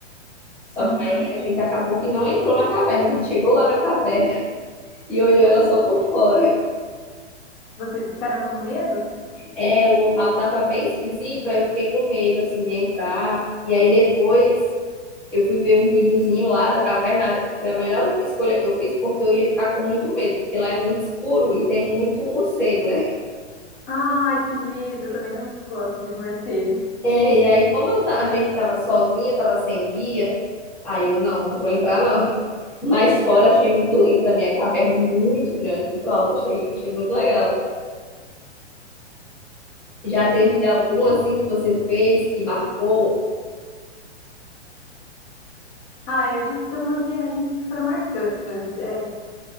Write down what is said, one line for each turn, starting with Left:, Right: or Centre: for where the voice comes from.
Centre: Só
Left: Uhum.
Centre: que aí a gente acabou que não entrou na caverna. A gente chegou lá na caverna <laughs> e olhou ela só por fora.
Left: Vocês ficaram com medo?
Centre: É, o local tava bem esquisito, aí eu fiquei com medo assim de entrar. E aí depois Eu fui ver um videozinho lá da caverna, foi a melhor escolha que eu fiz, porque eu ia ficar com muito medo, porque lá é muito escuro e tem muito morcego, né?
Left: Ai, que medo, eu também não gosto de morcego.
Centre: É, e aí, como eu ta- a gente tava sozinho, eu tava sem guia, aí eu não, não vou entrar não. Mas fora achei muito lindo também, a caverna muito grande, muito alta, achei, achei muito legal. Já teve
Left: Uhum.
Centre: algum assim que você fez, que marcou?
Left: Ah, eu já fiz algumas viagens que foram marcantes. É,